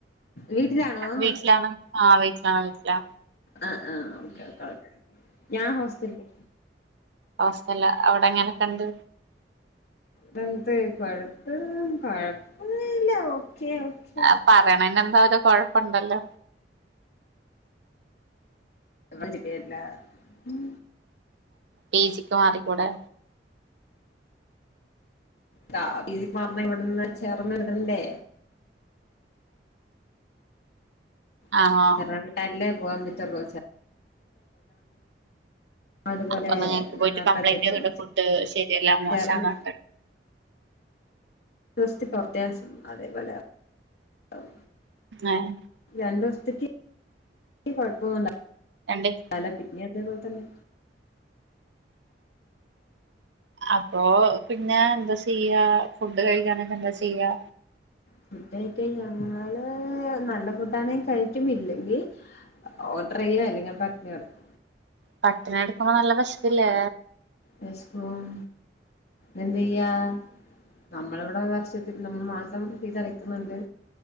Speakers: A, on the left; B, on the right.
A: വീട്ടിലാണോന്ന്
B: വീട്ടിലാണ് ആഹ് വീട്ട്ലാണ് വീട്ട്ലാണ്.
A: ആഹ് ആഹ് ഓക്കെ കൊഴപ്പല്ല ഞാൻ ഹോസ്റ്റൽല്.
B: ഹോസ്റ്റൽല്ലാ. അവടെങ്ങനെക്കെണ്ട്?
A: ടെന്ത് കൊഴപ്പം കൊഴപ്പൊന്നുല്ല ഓക്കെ ഓക്കെ.
B: ആ പറയണനെന്തൊര് കൊഴപ്പണ്ടല്ലോ.
A: ഞങ്ങള് <unintelligible> ഉം
B: പീ ജിക്ക് മാറിക്കൂടെ
A: കാ ഇതിപ്പം അമ്മ ഇവിടുന്ന് ചേർന്ന് ഇടണ്ടേ
B: ആണോ
A: <unintelligible> പോവാൻ പറ്റുള്ളു <unintelligible> അതുപോലെ
B: അപ്പൊ നിങ്ങക്ക് പോയിട്ട്
A: നിന്നപ്പഴ്ത്തേക്കും
B: കംപ്ലൈന്റ് ചെയ്തൂടെ
A: ചേ
B: ഫുഡ് ശരിയല്ല മോശാന്നൊക്കെ
A: ചേർന്ന് <unintelligible> അതേപോലെ ആവും
B: ഏഹ്
A: രണ്ടു ദിവസത്തേക്ക് കൊഴപ്പൊന്നുണ്ടാ
B: രണ്ടീ
A: അല്ലാ പിന്നേം അതേപോലെ തന്നെ
B: അപ്പൊ പിന്നെ എന്താ ചെയ്യാ ഫുഡ് കഴിക്കാനൊക്കെ എന്താ ചെയ്യാ?
A: ഫുഡ് കഴിക്കാൻ ഞങ്ങള് നല്ല ഫുഡാണെങ്കി കഴിക്കും ഇല്ലെങ്കി ആഹ് ഓഡറ് ചെയ്യാ അല്ലെങ്കി പട്ട്ണി കെടക്കും
B: പട്ടിണി കെടക്കുമ്പോ നല്ല വെശക്കില്ലേ?
A: വെശക്കും എന്തെയ്യാ നമ്മളിവിടെ വർഷത്തിൽ നമ് മാസം ഫീസടയ്ക്കുന്ന്ണ്ട്